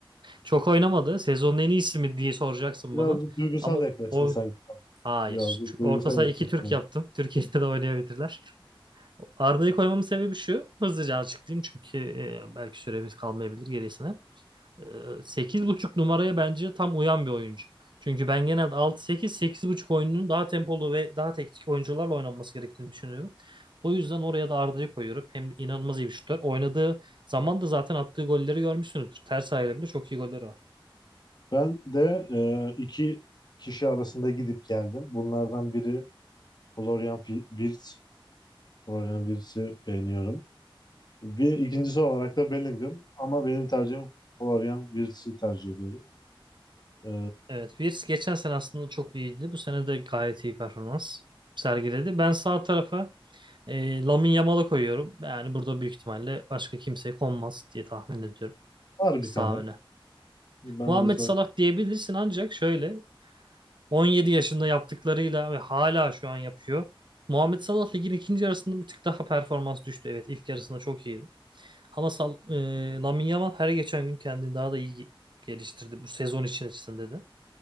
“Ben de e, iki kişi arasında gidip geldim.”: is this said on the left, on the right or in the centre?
Left